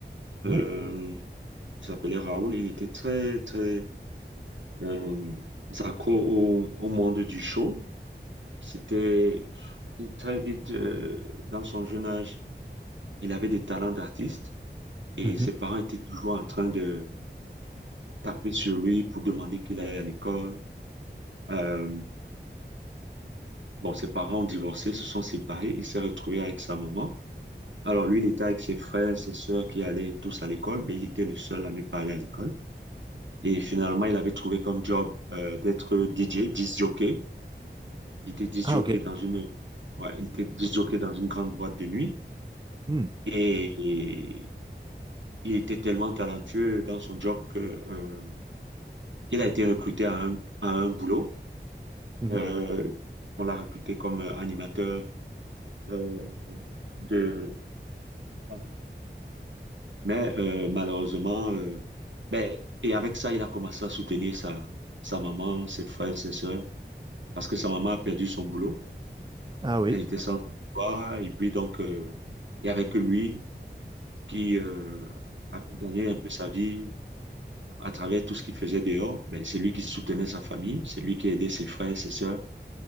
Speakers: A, on the right; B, on the right.
A: oui.
B: Euh, il s'appelait Raoul. Il était très, très euh, accro au, au monde du show. C'était très vite, euh, dans son jeune âge, il avait des talents d'artiste. Et
A: Mhm.
B: ses parents étaient toujours en train de taper sur lui pour demander qu'il aille à l'école. Euh, bon, ses parents ont divorcé, se sont séparés. Il s'est retrouvé avec sa maman. Alors lui, il était avec ses frères, ses sœurs qui allaient tous à l'école, mais il était le seul à ne pas aller à l'école. Et finalement, il avait trouvé comme job euh, d'être DJ, disc jockey. Il était disc
A: Ah,
B: jockey
A: OK.
B: dans une, ouais, il était disc jockey dans une grande boîte de nuit.
A: Hmm.
B: Et il était tellement talentueux dans son job que euh, il a été recruté à un, à un boulot.
A: Mhm.
B: Euh, on l'a recruté comme euh, animateur euh, de la zone radio. Mais euh, malheureusement, euh, ben, et avec ça, il a commencé à soutenir sa, sa maman, ses frères, ses sœurs, parce que sa maman a perdu son boulot.
A: Ah oui.
B: Elle était sans emploi. Et puis donc, euh, il n'y avait que lui qui euh, a gagné un peu sa vie à travers tout ce qu'il faisait dehors. Ben, c'est lui qui soutenait sa famille, c'est lui qui aidait ses frères, ses sœurs,